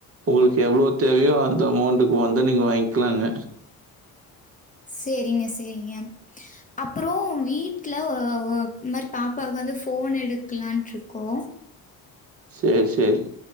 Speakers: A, on the right; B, on the left.
A: உங்களுக்கு எவ்ளோ தேவையோ அந்த அமௌண்டுக்கு வந்து நீங்க வாங்கிலாங்க
B: சேரிங்க சேரிங்க அப்புற வீட்ல ஓ ஓ இந்த மாரி பாப்பாக்கு வந்து ஃபோன் எடுக்கலான்ட்டிருக்கோ
A: செரி செரி